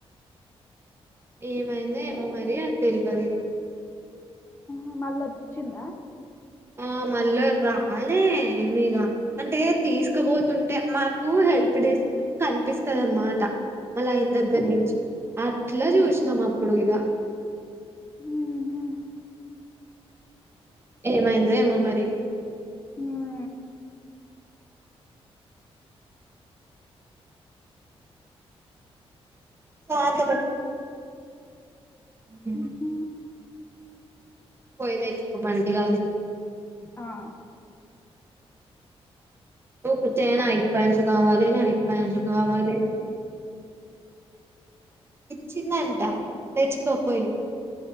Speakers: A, on the right; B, on the left.
A: ఏమైంద ఏమో మరి అది తెలివదు
B: ఆ మళ్ళ వదిచ్చిందా
A: ఆ మళ్ళ రాలే మీగ అంటే తీసుకుపోతుంటే మాకు హెల్ప్ డెస్క్ కనిపిస్తంది అనమాట మళ్ళ ఆయిన దగ్గర నుంచి అట్లా
B: హ్మ్
A: చూసినాం అప్పుడు ఇక
B: హ్మ్మ్
A: ఏమైందో ఏమో మరి
B: హ్మ్
A: సోఅంతుడు హ్
B: హుహు
A: పోయి తెచ్చుకోమంది కాదు
B: ఆఆ
A: కూర్చ నా ఇయిప్పయింలు కావాలి నా ఇప్పయింలు కావాలి ఇచిండంట తెచకో పొయి